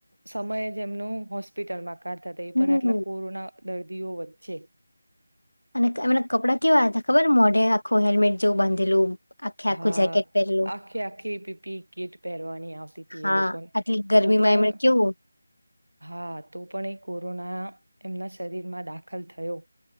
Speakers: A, on the right; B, on the left.
A: સમય જે એમનું હોસ્પિટલમાં કાઢતા હતા એ
B: હમ
A: પણ આટલા કોરોના દર્દીઓ વચ્ચે
B: અને એમના કપડા કેવા હતા ખબર મોઢે આખું હેલ્મેટ જેવું બાંધેલું આખે આખું
A: હા
B: જેકેટ પહેરેલું
A: આખી આખી પીપી કીટ પહેરવાની આવતી હતી
B: હા
A: એ લોકોને
B: આટલી ગરમીમાં
A: તો પણ
B: એમણે કેવું
A: હા તો પણ એ કોરોના એમના શરીરમાં દાખલ થયો